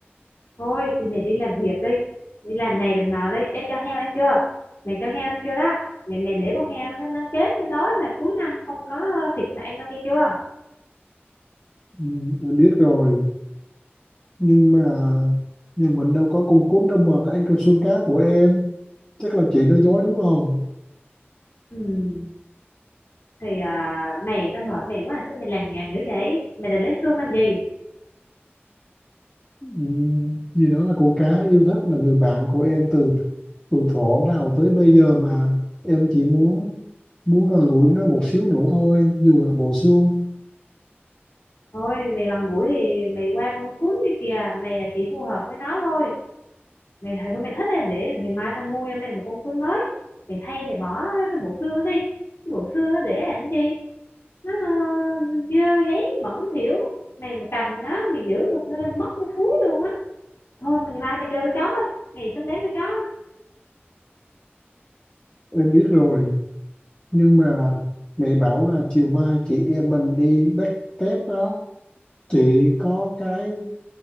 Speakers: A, on the left; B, on the left.
A: thôi thì mày đi làm việc đi đi làm này làm nọ đi ê cho heo ăn chưa mày cho heo ăn chưa đó mày mày để con heo nó nó chết nó đói là cuối năm không có thịt mà ăn đâu nghe chưa
B: ừ, em biết rồi nhưng mà nhà mình đâu có con cún đâu mà nó ăn cái xương cá của em chắc là chị nói dối đúng không
A: ừ thì à, mày tao mệt mày quá à, sao mày lằng nhằng dữ vậy mày định lấy xương làm gì
B: Ừm, vì nó là con cá yêu thích là người bạn của em từ từ thuở nào tới bây giờ mà em chỉ muốn muốn gần gũi nó một xíu nữa thôi dù là bộ xương
A: thôi mày gần gũi thì mày qua con cún đi kìa mày là chỉ phù hợp với nó thôi mày thấy mày thích thì để ngày mai tao mua cho mày một con cún mới mày thay mày bỏ cái bộ xương đó đi cái bộ xương đó để làm cái gì nó ờ, dơ giấy bẩn thỉu mày mà cầm nó mày giữ luôn nó lên mất nó thúi luôn á thôi mày ngày mai mày chơi với chó thôi mày sắm đến với chó
B: em biết rồi nhưng mà mẹ bảo là chiều mai chị em mình đi backstep đó chị có cái